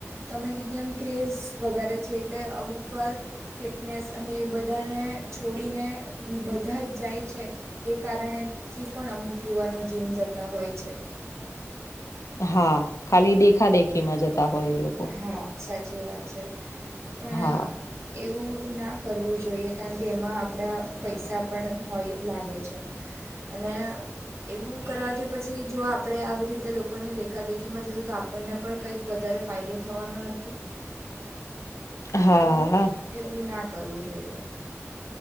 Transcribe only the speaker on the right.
તમે કીધ એમ ક્રેઝ વધારે છે એટલે અમુકવાર ફિટનેસ અને એ બધાને છોડીને. બધા જ જાય છે એ કારણેથી પણ અમુક યુવાનો જીમ જતા હોય છે.
હા સાચી વાત છે, પણ
એવું ના કરવું જોઈએ કારણ કે એમાં આપણા પૈસા પણ હોય લાગે છે. અને એવું કરવાથી પછી જો આપણે આવી રીતે લોકોને દેખાદેખીમાં જશું તો આપણને પણ કંઈક વધારે ફાયદો થવાનો નથી.
તો એવું ના કરવું જોઈએ.